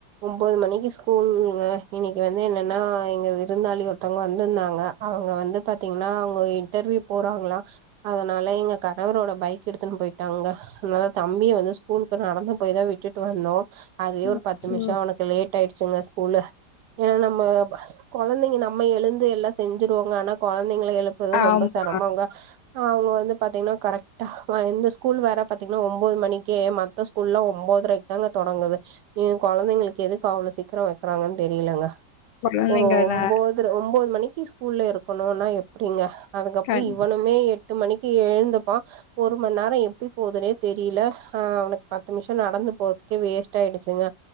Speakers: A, on the right; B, on the left.
A: ஒம்போது மணிக்கு ஸ்கூல்ங்க இன்னைக்கு வந்து என்னன்னா எங்க விருந்தாலி ஒருத்தவங்க வந்திர்ந்தாங்க அவுங்க வந்து பாத்தீங்கனா அவுங்க இன்டர்வியூ போறாங்ளா அதனா ல எங்க கணவரோட பைக் எடுத்துன் போயிட்டாங்க அனால தம்பிய வந்து ஸ்கூலுக்கு நடந்து போய் தா விட்டுட் டு வந்தோ அதுவே
B: ம்.
A: ஒரு பத்து மிஷோ
B: ஓ!
A: அவனக்கு லேட் ஆய்டுச்சுங்க ஸ்கூல்ல ஏ நம்ம கொழந்தைங்க நம்ம எழுந்து எல்லா செஞ்சிருவோங்க ஆனா கொழந்தைங்கள எழுப்புது
B: ஆமா.
A: ரொம்ப செரமங்க அவுங்க வந்து பாத்தீங்னா கரெக்டா எந்த ஸ்கூல் வேற பாத்தீங்னா ஒம்போது மணிக்கே ம த்த ஸ்கூல்ல ஒம்போதரைக் தாங்க தொடங்குது ஏ கொழந்தைங்களுக்கு எதுக்கு அவ்ளோ சீ க்கிரோ வெக்கிறாங்கன் தெரியிலங்க
B: குழந்தைங்க
A: ஒரு ஒம்போதர
B: நா
A: ஒம்போது மணிக்கி ஸ் கூல்ல இருக்கணுனா எப்டிங்க அதுக்கப்றோ
B: கண்
A: இவனுமே எட்டு மணிக்கு எழுந்துப்பா ஒரு மண் நே நேரோ எப்டி போதுனே தெரியில ஆ அவனுக்கு பத்து மிஷோ நடந்து போதுக்கே வேஸ்ட் ஆயிடுச் சிங்க